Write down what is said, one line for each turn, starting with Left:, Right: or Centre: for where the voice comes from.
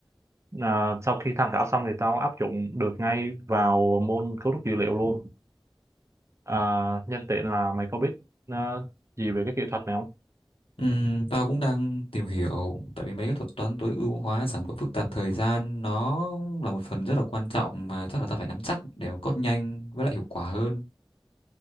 Right: à, sau khi tham khảo xong thì tao áp dụng được ngay vào môn cấu trúc dữ liệu luôn à, nhân tiện là mày có biết ờ, gì về cái kỹ thuật này không
Left: Ừm, tao cũng đang tìm hiểu tại vì mấy cái thuật toán tối ưu hóa giảm độ phức tạp thời gian nó là một phần rất là quan trọng mà chắc là tao phải nắm chắc để mà code nhanh với lại hiệu quả hơn.